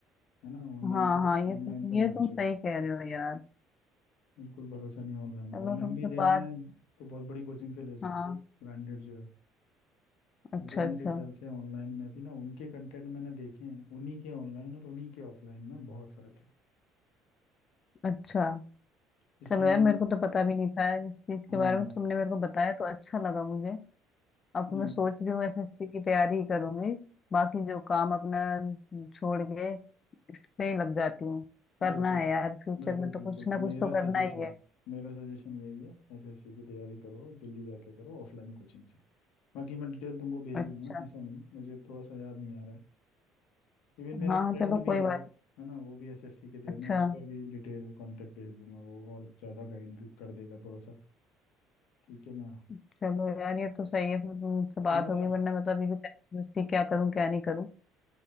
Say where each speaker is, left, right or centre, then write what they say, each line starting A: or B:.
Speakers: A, on the left; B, on the left.
A: है ना ऑनलाइन
B: हाँ
A: पे
B: हाँ ये
A: ऑनलाइन
B: तुम
A: पे
B: ये तुम
A: मत जाओ
B: सही कह रहे हो यार
A: बिल्कुल भरोसा नहीं ऑनलाइन
B: चलो
A: ऑनलाइन
B: तुमसे
A: भी लेना
B: बात
A: है तो बहुत बड़ी कोचिंग से ले सकते
B: हाँ
A: हो ब्रांडेड जो है
B: अच्छा
A: तो वो मेरे
B: अच्छा
A: ख्याल से ऑनलाइन में भी ना उनके कंटेंट मैंने देखे हैं उन्हीं के ऑनलाइन और उन्हीं के ऑफलाइन में बहुत फर्क है
B: अच्छा
A: इसलिए
B: चलो यार
A: मैं
B: मेरे को तो पता भी नहीं था इस चीज के
A: हाँ
B: बारे में तुमने मेरे को बताया तो अच्छा लगा मुझे अब तो
A: नहीं
B: मैं सोच रही हूँ एसएससी की तैयारी ही करूंगी बाकी जो काम अपना छोड़ के इस पे ही लग जाती हूँ करना
A: बिल्कुल
B: है यार फ्यूचर
A: बिल्कुल
B: में तो
A: बिल्कुल
B: कुछ ना कुछ
A: मेरा
B: तो करना
A: सजेशन
B: ही है
A: मेरा सजेशन यही है एसएससी की तैयारी करो दिल्ली जाके करो ऑफलाइन कोचिंग से बाकी मैं डिटेल तुमको भेज
B: अच्छा
A: दूंगा ऐसा नहीं मुझे थोड़ा सा याद नहीं आ रहा है इवन मेरा
B: हाँ
A: फ्रेंड
B: चलो
A: भी
B: कोई
A: है
B: बात
A: एक, है ना वो भी एसएससी की तैयारी
B: अच्छा
A: मैं उसका भी डिटेल कांटेक्ट भेज दूंगा वो और ज़्यादा गाइड कर देगा थोड़ा सा ठीक है ना
B: चलो यार ये तो सही है फिर तुमसे बात
A: तुम्हारा
B: होगी वरना मैं तो अभी भी तहरीर मस्ती क्या करूं क्या नहीं करूं